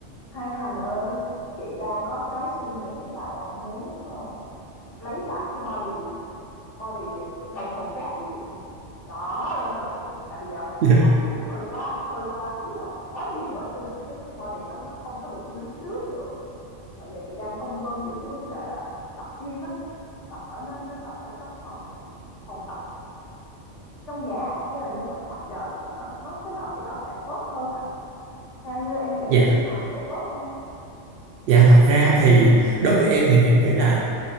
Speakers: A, on the left (about 65°); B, on the right (about 60°).
A: Hai Thành ơi, chị đang có cái suy nghĩ là đang muốn ờ, lấy lại cái body á, body ờ, đồng hồ cát của chị nè. Đó nên là chị tại vì dạo này
B: <laughs>
A: chị
B: dạ
A: ăn uống hơi quá, hơi quá ý là quá nhiều á cho nên là cái cái body nó nó không có được như lúc trước nữa. Mà giờ chị đang phân vân giữa cái vấn đề là tập gym á, tập ở nên nên tập ở trong phòng phòng tập trong nhà hay là nên tập ngoài trời thì nó nó cái nào thì nó sẽ tốt hơn Thành nhỉ? Theo như em nghĩ
B: dạ
A: thì cái nào nó sẽ tốt hơn?
B: dạ, thật ra thì đối với em thì em nghĩ là